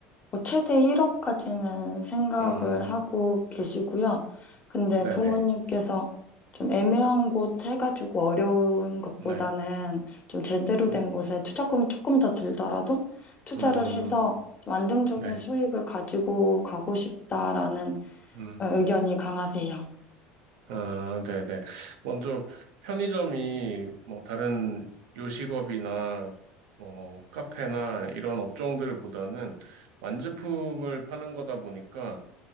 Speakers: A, on the left; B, on the right.
A: 뭐 최대 1억까지는 생각을
B: 음,
A: 하고 계시고요. 근데
B: 네네.
A: 부모님께서 좀 애매한 곳 해가지고 어려운 것보다는
B: 네,
A: 좀 제대로
B: 네.
A: 된 곳에 투자금이 조금 더 들더라도 투자를
B: 음,
A: 해서 좀 안정적인
B: 네.
A: 수익을 가지고 가고 싶다라는
B: 음,
A: 의견이 강하세요.
B: 아, 네네. 먼저 편의점이 뭐 다른 요식업이나 뭐 카페나 이런 업종들보다는 완제품을 파는 거다 보니까